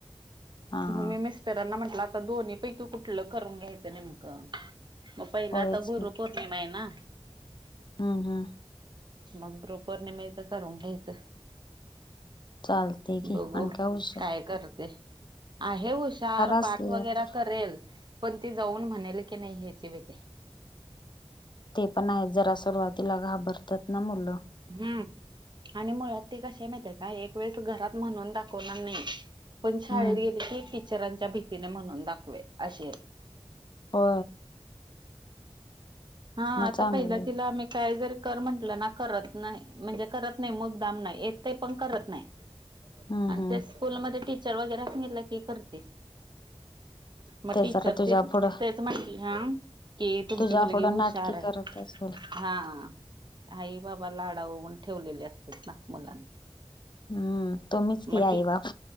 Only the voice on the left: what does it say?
हा
हा
होयच
हम् हम्म
चालते की
आणि हुशार
असल्या
तर
ते पण आहे जरा सुरुवातीला घाबरतात ना मुलं.
हम्म
हो
चांगलं
हम्म
हम्म
जरा तुझ्या
पुढं
तुझ्या
पुढं
नाटकी करत असेल
हम्म तुम्हीच की
आई बाप